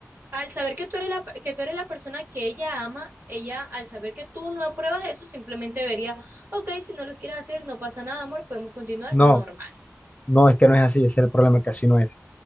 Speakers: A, on the right; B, on the left.
A: Al saber que tú eres la, que tú eres la persona que ella ama, ella al saber que tú no apruebas eso, simplemente vería, ok, si no lo quieres hacer, no pasa nada, amor, podemos continuar
B: no.
A: normal.
B: No, es que no es así, ese es el problema, que así no es.